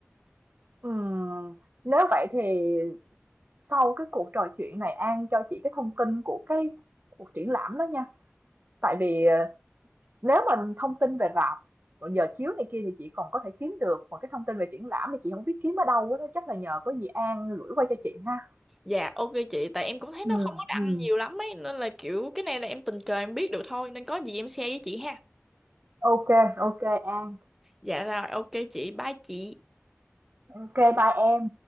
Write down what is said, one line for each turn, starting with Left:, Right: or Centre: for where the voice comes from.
Right: Ừm, nếu vậy thì sau cái cuộc trò chuyện này An cho chị cái thông tin của cái cuộc triển lãm đó nha. Tại vì ờ, nếu mình thông tin về rạp còn giờ chiếu này kia thì chị còn có thể kiếm được mà cái thông tin về triển lãm thì chị không biết kiếm ở đâu á đó chắc là nhờ có gì An gửi qua cho chị ha.
Centre: Dạ ok chị, tại em cũng thấy
Right: Ừ,
Centre: nó không có đăng
Right: ừ.
Centre: nhiều lắm ấy, nên là kiểu cái này là em tình cờ em biết được thôi, nên có gì em share với chị ha.
Right: ok ok An.
Centre: Dạ rồi, ok chị, bye chị.
Right: ok bye em.